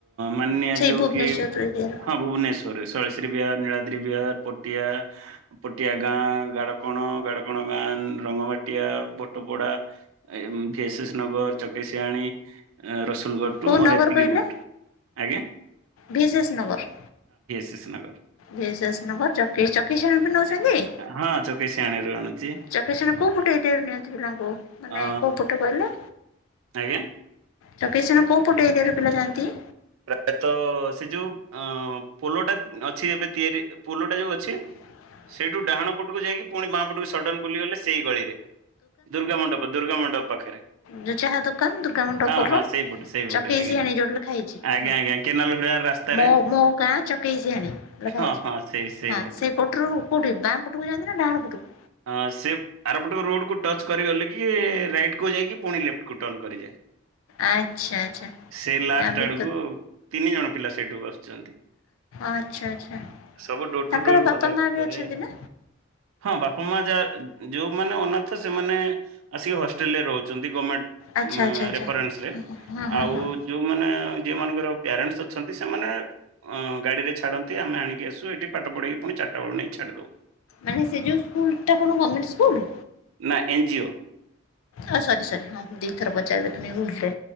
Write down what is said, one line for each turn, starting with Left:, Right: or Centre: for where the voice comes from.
Right: ମାନିନ୍ୟାଯୋଉକି
Left: ସେଇ ଭୁବନେଶ୍ୱର ଏରିଆରୁ?
Right: ହଁ ଭୁବନେଶ୍ୱ ସରେ ସଳଶ୍ରୀ ବିହାର ନୀଳାଦ୍ରି ବିହାର ପଟିଆ ପଟିଆ ଗାଁ ଗାଡ଼କଣ ଗାଡ଼କଣ ଗାଁ ରଙ୍ଗ ମାଟିଆ ପ Patapada S S Nagar Chakeisiani Rasulgarh
Left: କେଉଁ
Right: to ମୋର
Left: ନଗର
Right: ଏତିକି
Left: କହିଲେ
Right: ରୁଟ୍ ଆଜ୍ଞା
Left: ଭି ଶେଷ୍ ନଗର।
Right: ଶନଗର
Left: ଭିଶେଷ୍ ନଗର ଚକି ଚକିଶେଣେବି ନଉଚନ୍ତି।
Right: ଆଁ ହଁ ଚକେଶିଆଣରୁ ଆଣୁଚି।
Left: ଚକେଶିଆଣ କୋଉଁପଟେ ଏରିଆରେ ନିଅନ୍ତି ପିଲାଙ୍କୁ ମାନେ
Right: ଅ
Left: କେଉଁ ପଟେ କହିଲେ?
Right: ଆଜ୍ଞା?
Left: ଚକେଇଶେଣ କେଉଁ ପଟେ ଏରିଆରୁ ପିଲା ଜାଣନ୍ତି?
Right: ପ୍ରାୟତଃ ସେ ଯୋଉ ଅ ପୋଲଟା ଅଛି ଏବେ ତିଆରି ପୋଲୋଟା ଯୋଉ ଅଛି
Left: <inaudible>
Right: ସେଇଠୁ ଡାହାଣ ପଟକୁ ଯାଇକି ପୁଣି ବା ପଟକୁ ସଡନ୍ ବୁଲି ଗଲେ ସେଇ ଗଳିରେ ଦୁର୍ଗା ମଣ୍ଡପ ଦୁର୍ଗା ମଣ୍ଡପ ପାଖରେ।
Left: ଯୋଉ ଚାହା ଦୋକାନ ଦୁର୍ଗା ମଣ୍ଡପ
Right: ହଁ
Left: ପୋଲ
Right: ହଁ ସେଇପଟୁ ସେଇପଟୁ
Left: ଚକେଇସିଆଣି
Right: ଆଜ୍ଞା।
Left: ଯୋଉଠି ଲେଖା ହେଇଚି।
Right: ଆଜ୍ଞା
Left: ହଁ
Right: ଆଜ୍ଞା କେନାଲ ହୁଡା ରାସ୍ତାରେ
Left: ମୋ ମୋଗାଁ ଚକେଇସିଆଣି ଲେଖା
Right: ହଁ
Left: ହେଇଚି
Right: ହଁ ସେଇ ସେଇପଟୁ
Left: ହଁ ସେ ପଟରୁ କେଉଠି ବାଁ ପଟକୁ ଯାଆନ୍ତିନା ଡାହାଣ ପୁଟକୁ?
Right: ହଁ ସେପ୍ ଆରପଟ ରୋଡ଼କୁ ଟଚ୍ କରିଗଲିକି ରାଇଟ୍ କୁ ଯାଇକି ପୁଣି ଲେଫ୍ଟକୁ ଟର୍ନ କରିଯାଏ।
Left: ଆଚ୍ଛା ଆଚ୍ଛା
Right: ସେ
Left: ତାଭି
Right: <unintelligible> ତିନି ଜଣ ପିଲା ସେଇଠୁକୁ ଆସୁଚନ୍ତି।
Left: ଆଚ୍ଛା ଆଚ୍ଛା
Right: ସବୁ ଡୋରଟୁ
Left: ତାଙ୍କର
Right: ଡୋର
Left: ବାପା
Right: କଲେକ୍ଟ
Left: ମା ବି
Right: କରେ
Left: ଅଛନ୍ତି
Right: ଆଉ।
Left: ନା
Right: ହଁ ବାପା ମା ଯାର୍ ଯୋଉମାନେ ଅନାଥ ସେମାନେ ଆସିକି ହଷ୍ଟେଲରେ ରହୁଚନ୍ତି ଗମେଣ୍ଟ
Left: ଆଚ୍ଛା
Right: ମା
Left: ଆଚ୍ଛା ଆଚ୍ଛା
Right: ରେରେନ୍ସରେ
Left: ହଁ ହଁ
Right: ଆଉ
Left: ହଁ
Right: ଯୋଉମାନେ ଆଉ ଯେଉଁ ମାନଙ୍କର ପ୍ୟାରେଣ୍ଟସ୍ ଅଛନ୍ତି ସେମାନେ ଅଁ ଗଡ଼ିରେ ଛାଡ଼ନ୍ତି ଆମେ ଆଣିକିଆସୁ ଏଠି ପାଠ ପଢେଇିକି ପୁଣି ଚାରିଟା ବେଳକୁ ନେଇ ଛାଡ଼ିଦଉ।
Left: ମାନେ ସେଯେଉଁ ସ୍କୁଲଟା କଣ ଗଭର୍ଣମେଣ୍ଟ ସ୍କୁଲ୍?
Right: ନା ଏନ୍ ଜିଓ
Left: ଆଁ ସରି ସରି ହଁ। ଦିଇଥର ପଚାରିଦେଲି ଭୁଲରେ